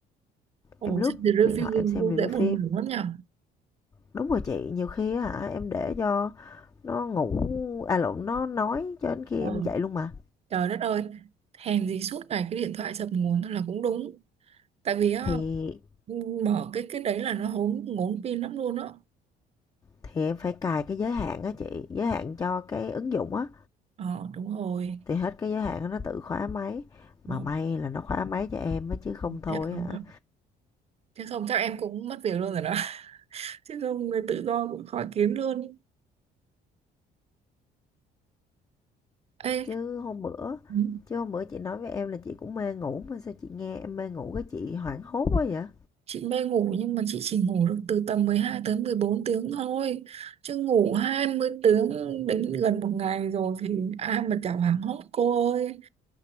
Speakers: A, on the right (about 35°); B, on the left (about 20°).
A: ồ
B: Em lướt
A: xem the review
B: điện thoại em xem
A: cũng
B: review
A: dễ
B: phim.
A: buồn ngủ lắm nhở
B: Đúng rồi chị, nhiều khi hả em để cho nó ngủ à lộn nó nói cho đến khi
A: Ờ.
B: em dậy luôn mà.
A: Trời đất ơi, hèn gì suốt ngày cái điện thoại dập nguồn thôi là cũng đúng. Tại vì á,
B: Thì
A: mở cái cái đấy là nó hốn ngốn pin lắm luôn á.
B: thì em phải cài cái giới hạn á chị, giới hạn cho cái ứng dụng á
A: Ờ đúng rồi
B: thì hết cái giới hạn nó tự khóa máy. Mà
A: Ồ,
B: may là nó khóa máy cho em á chứ không thôi
A: Thiệt không
B: hả?
A: á Thế không chắc em cũng mất việc luôn rồi đó <laughs> Chứ không người tự do cũng khó kiếm luôn Ê
B: Chứ hôm bữa
A: ừ,
B: chứ hôm bữa chị nói với em là chị cũng mê ngủ mà sao chị nghe em mê ngủ cái chị hoảng hốt quá vậy?
A: Chị mê ngủ nhưng mà chị chỉ ngủ được từ tầm 12 tới 14 tiếng thôi Chứ ngủ 20 tiếng đến gần một ngày rồi thì ai mà chả hoảng hốt cô ơi